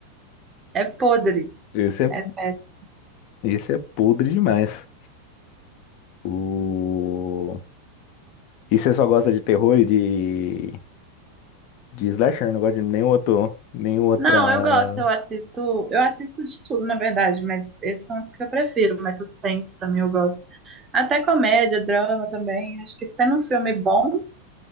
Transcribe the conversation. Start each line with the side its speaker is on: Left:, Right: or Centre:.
Right: É podre.
Left: Esse é,
Right: É péssimo.
Left: esse é podre demais. O... E você só gosta de terror e de, de slasher, não gosta de nenhum outro, nenhum outra...
Right: Não, eu gosto, eu assisto, eu assisto de tudo, na verdade, mas esses são os que eu prefiro, mas suspense também eu gosto. Até comédia, drama também. Acho que sendo um filme bom,